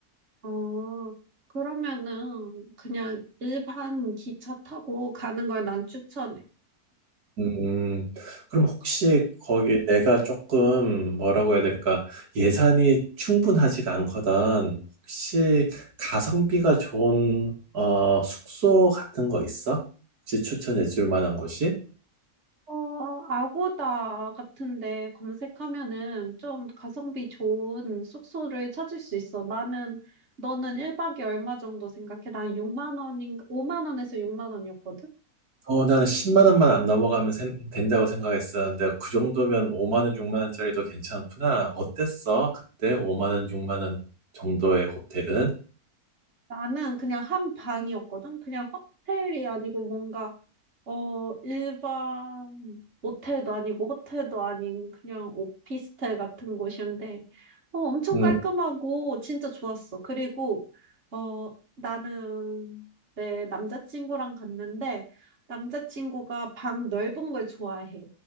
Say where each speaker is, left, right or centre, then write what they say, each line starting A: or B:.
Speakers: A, on the right; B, on the right.
A: 어, 그러면은 그냥 일반 기차 타고 가는 걸 난 추천해.
B: 음, 그럼 혹시 거기 내가 조금 뭐라고 해야 될까? 예산이 충분하지가 않거든. 혹시 가성비가 좋은 어, 숙소 같은 거 있어? 혹시 추천해 줄 만한 곳이?
A: 어, 아고다 같은데 검색하면은 좀 가성비 좋은 숙소를 찾을 수 있어. 나는, 너는 1박에 얼마 정도 생각해? 난 6만 원인가, 5만 원에서 6만 원이었거든?
B: 어, 나는 10만 원만 안 넘어가면 생- 된다고 생각했었는데 그 정도면 5만 원, 6만 원짜리도 괜찮구나. 어땠어? 그때 5만 원, 6만 원 정도의 호텔은?
A: 나는 그냥 한 방이었거든? 그냥 호텔이 아니고 뭔가 어, 일반 모텔도 아니고 호텔도 아닌 그냥 오피스텔 같은 곳이었는데, 어, 엄청
B: 음,
A: 깔끔하고 진짜 좋았어. 그리고, 어, 나는 내 남자친구랑 갔는데, 남자친구가 방 넓은 걸 좋아해.